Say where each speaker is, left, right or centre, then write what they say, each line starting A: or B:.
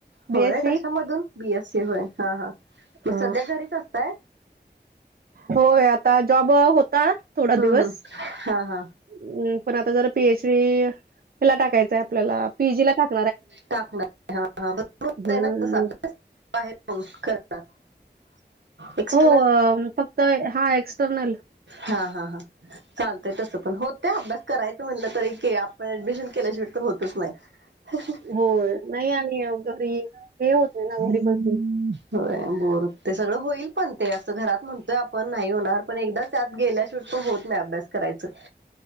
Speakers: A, on the right (about 60°); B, on the right (about 90°).
A: बीएससी
B: होय कशामधून बीएस सी होय हा हा
A: अ
B: मग सध्या घरीच असतय.
A: होय आता जॉब होता थोडा
B: हम्म
A: दिवस.
B: हम् हा हा
A: हम् पण आता जरा पीएच डीला टाकायचंय आपल्याला पीजी ला टाका.
B: टाकणार ह ह
A: हम्म
B: त्या बार करणार. एक सम
A: हो फक्त हा एक्सटर्नल
B: हा हा हा. चालतय तसं पण होतय अभ्यास करायचं म्हणलं तरी आपण ऍडमिशन केल्याशिवाय तर होतच नाही. ह.
A: हो नाही आणि घरी हे होतय ना घरी बसून.
B: हो बोर ते सगळं होईल पण ते असं घरात म्हणतोय आपण नाही होणार पण एकदाच. त्यात गेल्या शिवट पण होत नाही अभ्यास करायचं.